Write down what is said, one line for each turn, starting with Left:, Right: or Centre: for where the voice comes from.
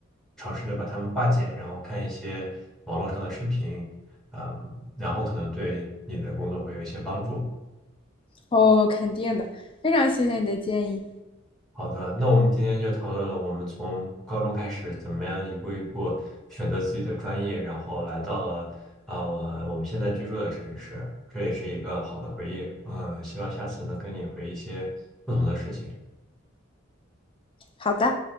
Centre: 尝试的把它们化简，然后看一些网络上的视频，嗯、然后可能对你的工作会有一些帮助。
Left: 哦，肯定的，非常谢谢你的建议。
Centre: 好的，那我们今天就讨论了我们从高中开始怎么样一步一步选择自己的专业，然后来到了啊我我们现在居住的城市，这也是一个好的回忆。嗯，希望下次能跟你回忆一些不同的事情。
Left: 好的。